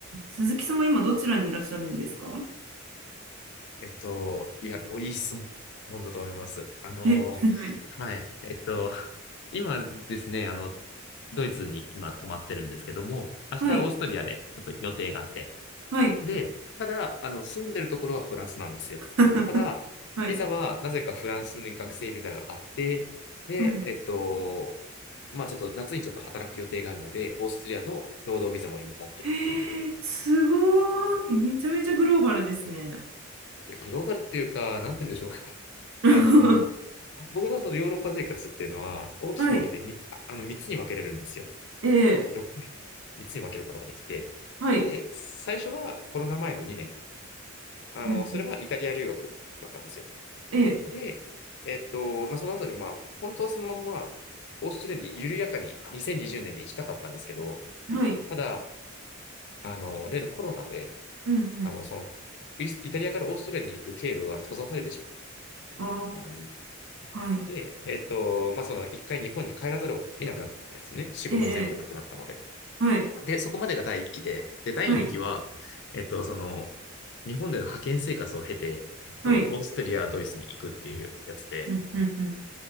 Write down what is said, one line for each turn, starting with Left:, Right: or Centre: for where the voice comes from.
Right: 鈴木さんは今どちらにいらっしゃるんですか
Left: えっと、いや、おいい質問だと思います。あの、
Right: え、はい。
Left: はい。えっと、<laughs> 今ですね、あの、ドイツに今泊まってるんですけども、明日オーストリアでちょっと予定があって。
Right: はい。はい。
Left: で、ただ、あの、住んでるところはフランスなんですよ。
Right: <laughs>
Left: ただ、
Right: はい。
Left: ビザはなぜかフランスに学生ビザがあって、で、
Right: <laughs> はい。
Left: えっと、まあちょっと夏にちょっと働く予定があるので、オーストリアの労働ビザも今持ってるっていう
Right: へーすごい。めちゃめちゃグローバルですね。
Left: いや、グローバルっていうか、なんて言うんでしょうか。<laughs>
Right: <laughs>
Left: あの、僕のそのヨーロッパ生活っていうのは、大きく分けて3つ、
Right: はい。
Left: あの3つに分けれるんですよ。
Right: ええ。
Left: 6年、3つに分けることができて。
Right: はい。
Left: で、最初はコロナ前の2年。あの、
Right: うんうん。
Left: それはイタリア留学だったんですよ。
Right: ええ。
Left: で、えっと、まあ、その後に、まあ、本当はそのまんま、オーストラリアに緩やかに2020年にじゅうねんに行きたかったんですけど、
Right: はい。
Left: ただ、あの、例のコロナで、
Right: うんうん。
Left: あの、その、イスイタリアからオーストラリアに行く経路が閉ざされてし
Right: あ
Left: まい、
Right: あ。はい。
Left: で、えっと、まあ、その一回日本に帰らざるを得なくなったんですね。仕事も全部なくなったので。
Right: ええ。はい。
Left: で、そこまでが第一期で、で、第二期は、
Right: はい。
Left: えっと、その、日本での派遣生活を経て、えっと、
Right: はい。
Left: オーストリア、ドイツに行くっていうやつで、
Right: うんうん